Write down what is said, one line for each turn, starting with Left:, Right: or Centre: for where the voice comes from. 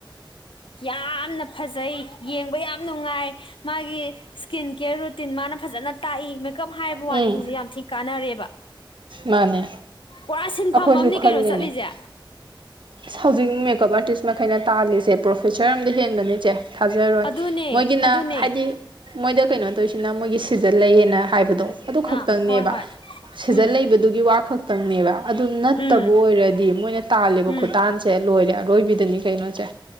Left: ꯌꯥꯝꯅ ꯐꯖꯩ ꯌꯦꯡꯕ ꯌꯥꯝ ꯅꯨꯡꯉꯥꯏ ꯃꯥꯒꯤ ꯏꯁꯀꯤꯟ ꯀꯦꯌꯔ ꯔꯨꯇꯤꯟ ꯃꯥꯅ ꯐꯖꯅ ꯇꯥꯛꯏ ꯃꯦꯀꯞ ꯍꯥꯏꯕ
Right: ꯎꯝ
Left: ꯋꯥꯅꯤ ꯍꯧꯖꯤꯛ ꯌꯥꯝ ꯊꯤ ꯀꯥꯟꯅꯔꯦꯕ
Right: ꯃꯥꯅꯦ
Left: ꯄꯨꯔꯥ ꯁꯤꯟꯐꯝ
Right: ꯑꯩꯈꯣꯏꯁꯨ
Left: ꯑꯃꯅꯤ
Right: ꯈꯜꯂꯤꯅꯦ
Left: ꯀꯩꯅꯣ ꯆꯠꯂꯤꯁꯦ
Right: ꯑꯁ ꯍꯧꯖꯤꯛ ꯃꯦꯀꯞ ꯑꯥꯔꯇꯤꯁ ꯃꯈꯩꯅ ꯇꯥꯜꯂꯤꯁꯦ ꯄ꯭ꯔꯣꯐꯦꯁꯔ ꯑꯝꯗ ꯍꯦꯟꯕꯅꯤꯁꯦ ꯊꯥꯖꯔꯣꯏ
Left: ꯑꯗꯨꯅꯦ
Right: ꯃꯣꯏꯒꯤꯅ
Left: ꯑꯗꯨꯅꯦ
Right: ꯍꯥꯏꯗꯤ ꯃꯣꯏꯗ ꯀꯩꯅꯣ ꯇꯧꯁꯤꯅ ꯃꯣꯏꯒꯤ ꯁꯤꯖꯜꯂꯌꯦꯅ ꯍꯥꯏꯕꯗꯣ ꯑꯗꯨ ꯈꯛꯇꯪꯅꯦꯕ
Left: ꯑꯥ ꯍꯣꯏ ꯍꯣꯏ
Right: ꯁꯤꯖꯟ
Left: ꯎꯝ
Right: ꯂꯩꯕꯗ ꯑꯃꯈꯛꯇꯪꯅꯦꯕ ꯑꯗꯨ ꯅꯠꯇꯕ
Left: ꯎꯝ
Right: ꯑꯣꯏꯔꯗꯤ ꯃꯣꯏꯅ ꯇꯥꯜꯜꯂꯤꯦꯕ
Left: ꯎꯝ
Right: ꯈꯨꯇꯥꯟꯁꯦ ꯂꯣꯏꯔꯦ ꯑꯔꯣꯏꯕꯤꯗꯅꯤ ꯀꯩꯅꯣ ꯁꯦ